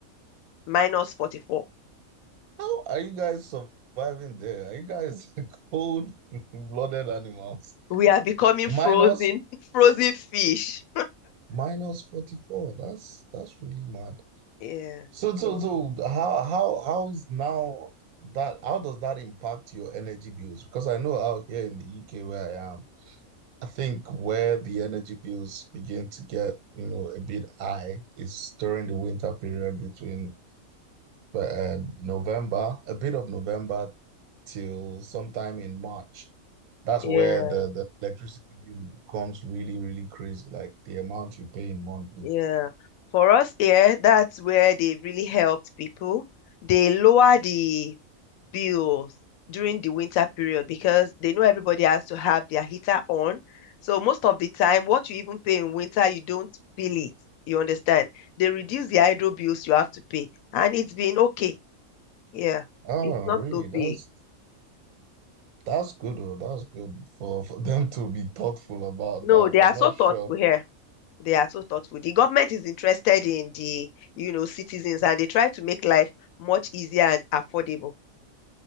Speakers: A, on the left; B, on the right.
A: Minus 44.
B: How are you guys surviving there? Are you guys <laughs> cold-blooded animals?
A: We are becoming
B: Minus
A: frozen, <laughs> frozen fish.
B: Minus 44. That's that's really mad.
A: Yeah,
B: So so
A: yeah,
B: so how how how is now that how does that impact your energy bills? Because I know out here in the UK where I am, I think where the energy bills begin to get, you know, a bit high is during the winter period between uh, November, a bit of November till sometime in March. That's
A: yeah,
B: where the, the electricity bill becomes really, really crazy, like the amount you pay in monthly.
A: yeah. For us here, yeah, that's where they really helped people. They lower the bills during the winter period because they know everybody has to have their heater on. So most of the time, what you even pay in winter, you don't feel it. You understand? They reduce the hydro bills you have to pay, and it's been okay. Yeah,
B: Oh,
A: it's not
B: really?
A: so
B: That's
A: big.
B: that's good. Oh, that's good for, for
A: Mm.
B: them to be thoughtful about
A: No,
B: that.
A: they are
B: I'm
A: so
B: not
A: thoughtful
B: sure.
A: here. They are so thoughtful. The government is interested in the, you know, citizens, and they try to make life much easier and affordable.